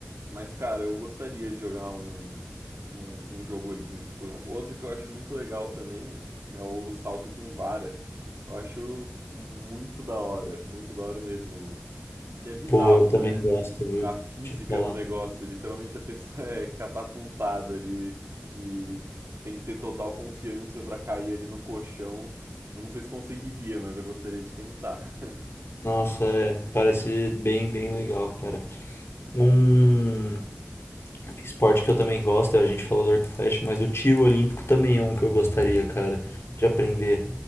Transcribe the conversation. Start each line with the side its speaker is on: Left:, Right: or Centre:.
Right: mas, cara, eu gostaria de jogar um, um, um jogo olímpico. Outro que eu acho muito legal também é o salto com vara. Eu acho muito da hora, muito da hora mesmo. Que é bizarro,
Left: Pô, eu também
Right: né?
Left: gosto, viu?
Right: A física
Left: Te falar.
Right: do negócio. Literalmente a pessoa <laughs> é catapultada ali e tem que ter total confiança pra cair ali no colchão. Eu não sei se conseguiria, mas eu gostaria de tentar.
Left: Nossa, é, parece bem, bem legal, cara. Um esporte que eu também gosto, a gente falou do arco e flecha, mas o tiro olímpico também é um que eu gostaria, cara, de aprender,